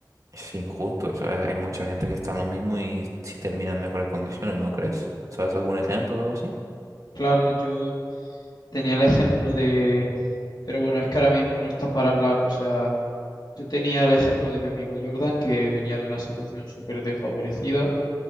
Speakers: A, on the right; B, on the left.
A: es injusto, ¿sabes? Hay mucha gente que está en lo mismo y si termina en mejores condiciones, ¿no crees? ¿Sabes algún ejemplo o algo así?
B: Claro, yo tenía el ejemplo de, pero bueno, es que ahora mismo no está para hablar, o sea... Yo tenía el ejemplo de mi amigo Jordan, que venía de una situación súper desfavorecida